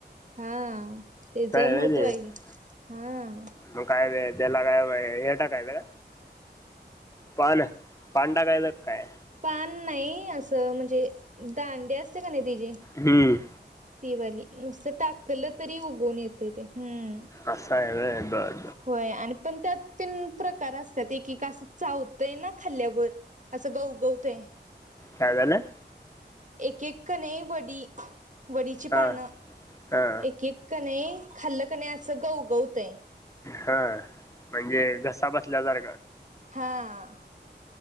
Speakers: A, on the right; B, on the left.
A: हा-अं तेज
B: व्हय
A: महत्त्व हाय
B: ते
A: हे हा.
B: मग काय-द देला काय ये टाकायचं काय. पानं पान टाकायचं का काय.
A: पान नाही असं म्हणजे दांडी असत्या का नाही तेजी
B: हम्म.
A: तीवाली नुसत टाकलं तरी उगवून येतय ते हम्म.
B: असय होय बरं.
A: होय आणि पण त्यात तेन प्रकार असत्यात एकेक असं चावतंय ना खाल्ल्यावर असं गवगवतय.
B: काय झालं?
A: एक एक कणी वडी वडीची
B: हा
A: पानं
B: हा
A: एक एक कणय खाल्ल कणी असं गवगवतय.
B: हा म्हणजे घसा बसल्या सारखा.
A: हां.